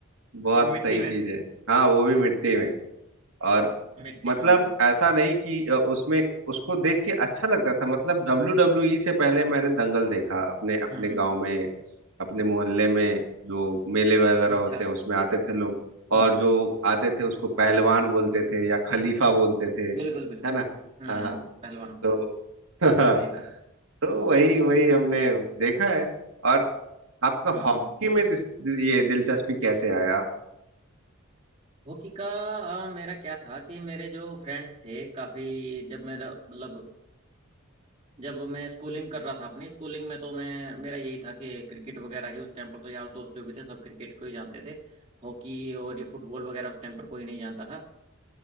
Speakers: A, on the right; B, on the right.
A: बहुत
B: और मिट्टी
A: सही
B: में
A: चीज है हाँ वो भी मिट्टी में और
B: मिट्टी
A: मतलब
B: में वो भी
A: ऐसा नहीं कि अ, उसमें उसको देख के अच्छा लगता था मतलब डब्ल्यू डब्ल्यू ई से पहले मैंने दंगल देखा अपने अपने
B: हम्म
A: गांव में अपने मोहल्ले में जो मेले वगैरह
B: हम्म,
A: होते
B: अच्छा
A: हैं उसमें आते थे लोग
B: हम्म
A: और
B: हम्म
A: जो आते थे उसको पहलवान बोलते थे या खलीफा बोलते थे
B: बिल्कुल बिल्कुल
A: है ना
B: हम्म
A: हाँ
B: पहलवान
A: तो <laughs>
B: सही बात
A: तो वही वही हमने देखा है और आपका
B: हम्म
A: हॉकी
B: हम्म।
A: में दिस, ये दिलचस्पी कैसे आया
B: हॉकी का अ, मेरा क्या था कि मेरे जो फ्रेंड्स थे काफी जब मेरा मतलब जब मैं स्कूलिंग कर रहा था अपनी स्कूलिंग में तो मैं मेरा यही था कि क्रिकेट वगैरह ही उस टाइम पर तो यार दोस्त जो भी थे सब क्रिकेट को ही जानते थे हॉकी और ये फुटबॉल वगैरह उस टाइम पर कोई नहीं जानता था